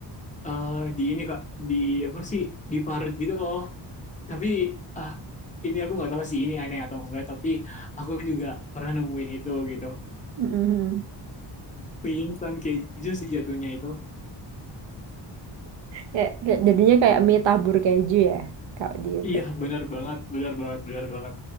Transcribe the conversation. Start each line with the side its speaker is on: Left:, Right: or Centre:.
Left: eh, di ini Kak, di apa sih? Diparut gitu loh. Tapi ah ini aku nggak tahu sih ini aneh atau enggak, tapi aku juga pernah nemuin itu gitu.
Right: Mhm.
Left: Mie instan keju sih jatuhnya itu.
Right: Kayak, kayak- jadinya kayak mie tabur keju ya, kalau di itu.
Left: Iya, benar banget, benar banget, benar banget.